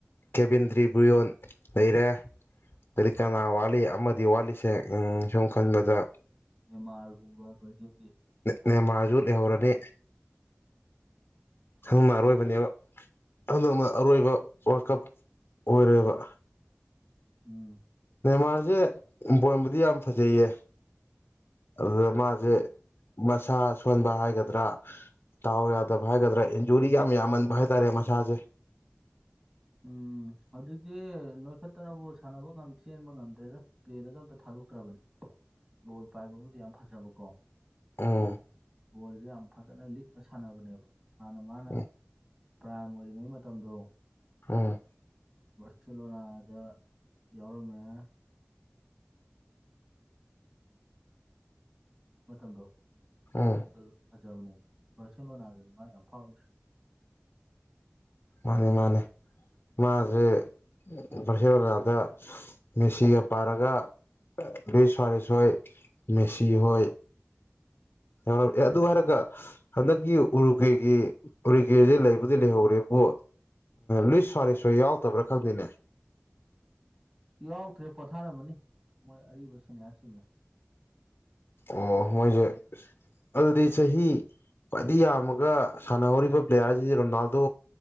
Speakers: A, on the left (about 50°); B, on the right (about 20°).
A: ꯀꯦꯕꯤꯟꯗ꯭ꯔꯤ ꯕ꯭ꯔꯨꯌꯣꯟ ꯂꯩꯔꯦ ꯀꯔꯤ
B: ꯎꯝ
A: ꯀꯥꯅ ꯋꯥꯂꯤ ꯑꯃꯗꯤ ꯋꯥꯂꯤꯁꯦ ꯎ ꯁꯨꯝ ꯈꯟꯕꯗ
B: ꯅꯦꯃꯥꯔꯒꯨꯝꯕ ꯕꯥꯔꯖꯤꯟꯒꯤ
A: ꯅꯦꯃꯥꯔꯖꯨ ꯂꯩꯍꯧꯔꯅꯤ ꯁꯅ
B: ꯂꯩꯍꯧꯕ
A: ꯑꯔꯣꯏꯕꯅꯦꯕ ꯑꯗꯨꯗꯅ ꯑꯔꯣꯏꯕ ꯋꯥꯔꯀꯞ ꯑꯣꯏꯔꯦꯕ
B: ꯎꯝ
A: ꯁꯅꯦ ꯃꯥꯁꯦꯄꯣꯟꯕꯨꯗꯤ ꯌꯥꯝ ꯐꯖꯩꯌꯦ ꯑꯗꯨꯗ
B: ꯐꯖ
A: ꯃꯥꯁꯦ ꯃꯁꯥ ꯁꯣꯟꯕ ꯍꯥꯏꯒꯗ꯭ꯔꯥ ꯇꯥꯎ ꯌꯥꯗꯕ ꯍꯥꯏꯒꯗ꯭ꯔꯥ ꯏꯟꯖꯨꯔꯤ ꯌꯥꯝ ꯌꯥꯝꯃꯟꯕ ꯍꯥꯏꯇꯥꯔꯦ ꯃꯁꯥꯁꯦ
B: ꯎꯝ ꯍꯧꯖꯤꯛꯇꯤ ꯅꯣꯏꯈꯠꯇꯅꯕꯨ ꯁꯥꯟꯅꯕ ꯆꯦꯟꯕ ꯉꯝꯗ꯭ꯔꯦꯗ ꯄ꯭ꯂꯦꯗꯗ ꯑꯝꯇ ꯊꯥꯗꯦ ꯊꯥꯗꯣꯛꯇ꯭ꯔꯕꯅꯦ ꯕꯣꯜ ꯄꯥꯏꯕꯕꯨꯗꯤ ꯌꯥꯝ ꯐꯖꯕꯀꯣ
A: ꯑꯝ
B: ꯕꯣꯜꯁꯦ ꯌꯥꯝ ꯐꯖꯅ ꯂꯤꯛꯅ ꯁꯥꯟꯅꯕꯅꯦꯕ ꯍꯥꯟꯅ ꯃꯥꯅ
A: ꯎꯝ
B: ꯄ꯭ꯔꯥꯝ ꯑꯣꯏꯔꯤꯉꯩ ꯃꯇꯝꯗꯣ
A: ꯑꯥ
B: ꯕꯥꯔꯁꯤꯂꯣꯅꯗ ꯌꯥꯎꯔꯝꯃꯦ <inaudible>
A: ꯑꯥ
B: ꯑꯗꯨꯗꯣ ꯐꯖꯕꯅꯦꯕ ꯕꯥꯔꯁꯤꯂꯣꯅꯥꯗꯅꯦ ꯃꯅ ꯌꯥꯝ ꯐꯥꯎꯔꯤꯁꯦ
A: ꯃꯥꯅꯤ ꯃꯥꯅꯦ ꯃꯥꯁꯦ ꯄ꯭ꯔꯁꯤꯔꯣꯅꯗ ꯃꯦꯁꯤꯒ ꯄꯥꯔꯒ ꯑꯩ ꯁꯨꯋꯔꯦꯁ ꯍꯣꯏ ꯃꯦꯁꯤ ꯍꯣꯏ ꯍ
B: ꯎꯝ
A: ꯑꯗꯨꯍꯥꯢꯔꯒ ꯍꯟꯗꯛꯀꯤ ꯎꯔꯨꯀꯦꯒꯤ ꯎꯔꯤꯀꯦꯁꯦ ꯂꯩꯕꯨꯗꯤ ꯂꯩꯍꯧꯔꯦꯕꯣ ꯂꯨꯏꯁ ꯁꯨꯋꯔꯦꯁ ꯌꯥꯎꯗꯕ꯭ꯔꯥ ꯈꯪꯗꯦꯅꯦ
B: ꯌꯥꯎꯗ꯭ꯔꯦ ꯄꯣꯊꯥꯔꯝꯃꯅꯤ ꯃꯣꯏ ꯑꯔꯤꯕ ꯁꯦꯅꯤꯌꯥꯁꯤꯡꯅꯦ
A: ꯑꯣ ꯃꯣꯢꯁꯤ ꯑꯗꯨꯗꯤ ꯆꯍꯤ ꯈ꯭ꯋꯥꯏꯗꯒꯤ ꯌꯥꯝꯃꯒ ꯁꯥꯟꯅꯍꯧꯔꯤꯕ ꯄ꯭ꯂꯦꯌꯥꯔꯁꯤꯗꯤ ꯔꯣꯅꯥꯜꯗꯣ